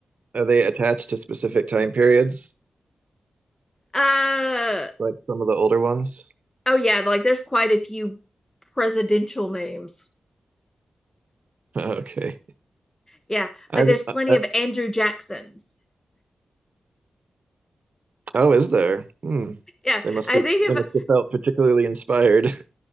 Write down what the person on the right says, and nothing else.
are they attached to specific time periods,
like some of the older ones? <laughs>
Okay.
I,
I
oh, is there? Hmm.
They must
have
they
must have felt particularly inspired. <laughs>